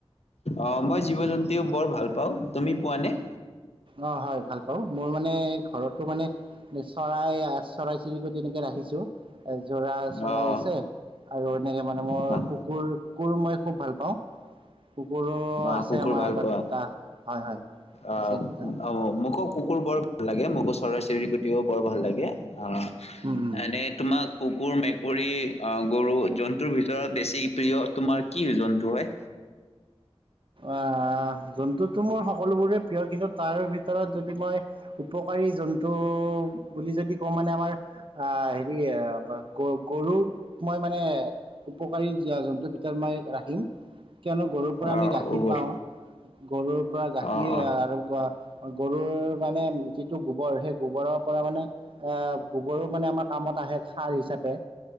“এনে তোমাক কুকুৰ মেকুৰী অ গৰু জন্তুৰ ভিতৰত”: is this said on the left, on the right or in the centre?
Left